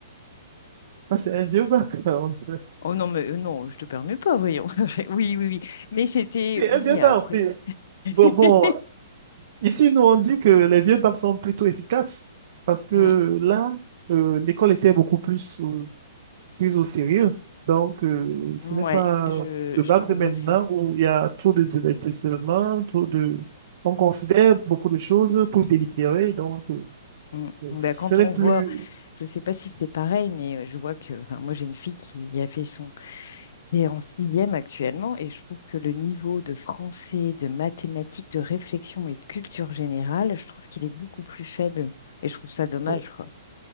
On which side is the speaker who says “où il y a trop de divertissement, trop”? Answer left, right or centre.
Right